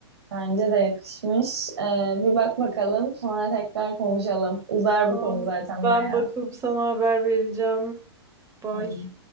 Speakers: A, on the right; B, on the right.
A: Bence de yakışmış. Ee, bir bak bakalım, sonra tekrar konuşalım. Uzar
B: Tamam.
A: bu konu zaten
B: Ben
A: bayağı.
B: bakıp sana haber vereceğim. Bye.
A: Tamam.